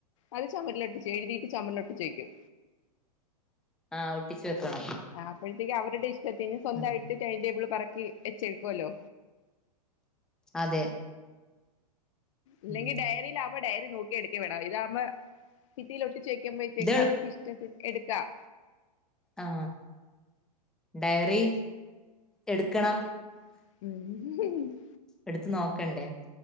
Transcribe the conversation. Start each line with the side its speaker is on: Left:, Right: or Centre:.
Left: അത് ചൊമരിലൊട്ടിച്ച് എഴുതിട്ട് ചൊമരിലൊട്ടിച്ചേക്കും
Centre: ആ ഒട്ടിച്ച് വെക്കണം
Left: ആ അപ്പഴത്തേക്ക് അവരുടെ ഇഷ് ട്ടത്തിന് സ്വന്തായിട്ട്
Centre: ഉം
Left: ടൈം ടേബിള് പറ ക്കി എച്ചെടുക്കുവല്ലോ
Centre: അതെ
Left: ഇല്ലെങ്കി
Centre: ഉം
Left: ഡയറിലാവുമ്പോ ഡയറി നോക്കി എടുക്കേ വേണം ഇതാവുമ്പ ഭിത്തിലൊ ട്ടിചെക്കുമ്പയ്ത്തേക്കും
Centre: ഇത്
Left: അവർക്കിഷ്ടത്തിന് എടുക്കാം
Centre: ആ ഡയറി എടുക്കണം
Left: <inaudible>
Centre: എടുത്ത് നോക്കണ്ടേ